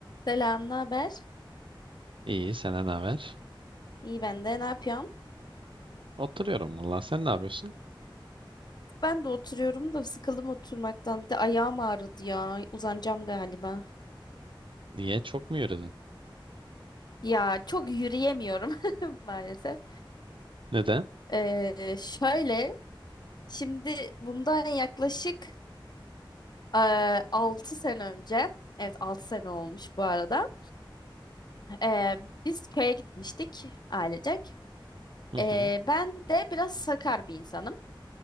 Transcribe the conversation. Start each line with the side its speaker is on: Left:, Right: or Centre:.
Left: Selam, ne haber?
Right: İyi, senden ne haber?
Left: İyi ben de. Ne yapıyorsun?
Right: Oturuyorum valla. Sen ne yapıyorsun?
Left: Ben de oturuyorum da sıkıldım oturmaktan. Bir de ayağım ağrıdı ya. Uzanacağım galiba.
Right: Niye? Çok mu yürüdün?
Left: Ya çok yürüyemiyorum <laughs> maalesef.
Right: Neden?
Left: Ee, şöyle, şimdi bundan yaklaşık e, 6 sene önce, evet 6 sene olmuş bu arada. Ee, biz köye gitmiştik ailecek.
Right: Hı
Left: Ee,
Right: hı.
Left: ben de biraz sakar bir insanım.